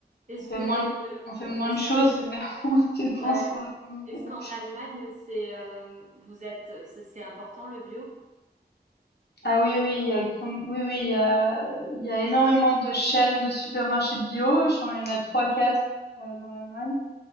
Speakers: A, on the right; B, on the left.
A: Est-ce
B: on fait
A: que le,
B: moins d on fait moins
A: est-ce
B: de
A: que,
B: choses, mais <laughs> on dépense
A: ouais,
B: pour le
A: est-ce
B: ouais.
A: qu'en Allemagne, c'est, euh, vous êtes, c'est c'est important le bio?
B: Ah oui, oui, il y a comme oui, oui, il y a il y a énormément de chaînes de supermarchés bio, je crois il y en a trois quatre heu, dans l'Allemagne